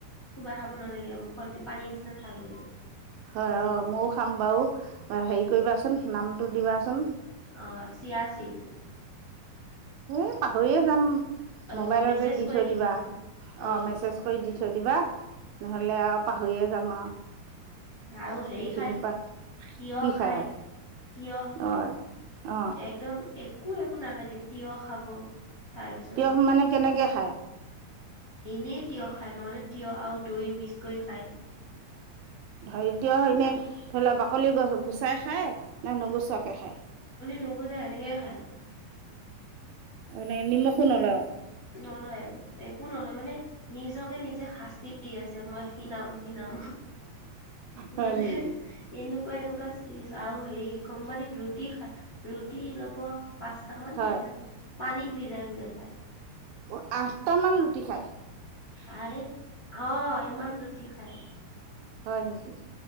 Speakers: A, on the left; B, on the right.
A: চুবাই খাব নালাগে আৰু মুখত দি পানীৰ নিচিনা খাব লাগে।
B: হয়
A: জেলি
B: অ', ময়ো খাম বাৰু, হেৰি কৰিবাচোন, নামটো দিবাচোন।
A: অহ', ‌চিয়াচিদ।
B: এ, পাহৰিয়ে যাম,
A: অ
B: মোবাইলতে
A: মেছেজ
B: দি
A: কৰি
B: থৈ
A: দিম
B: দিবা।
A: ন অ
B: অহ', মেছেজ কৰি দি থৈ দিবা, নহ'লে আৰু পাহৰিয়ে যাম আৰু।
A: আৰু হেৰি
B: এইখিনিৰ
A: খায়,
B: পৰা
A: তিয়হ
B: কি
A: খায়
B: আৰু
A: তিয়হ।
B: অ অ
A: একদম একো একো নালাগে, তিয়ঁহ খাব। তাৰপিছত
B: তিয়ঁহ মানে, কেনেকে খায়।
A: এনেইে তিয়ঁহ খায়, নহ'লে তিয়ঁহ আৰু দৈ মিক্স কৰি খায়।
B: এতিয়া এনে,
A: চালাদ
B: ধৰি লোৱা বাকলি গছ-গুচাই খাই। নাই, নোগোচোৱাকে খাই।
A: নোগোচে, এনেকে খাই।
B: অনে, নিমখো নলয়।
A: নলয় একো একো নলয়, মানে নিজকে নিজে শাস্তি দি আছে, মই কি নাম, কি নাম,
B: হয়
A: মানে
B: নেকি
A: এনে এনেকুৱা এনেকুৱা আৰু হেৰি, কোম্পানীত ৰুটি খাই, ৰুটি ল'ব। পাঁচটামান
B: হয়
A: তাৰপিছত, পানীত ভিজাই ভিজাই খাই।
B: অহ', আঠটা মান ৰুটি খাই।
A: আৰে অহ, ইমান ৰুটি খাই।
B: হয় নেকি,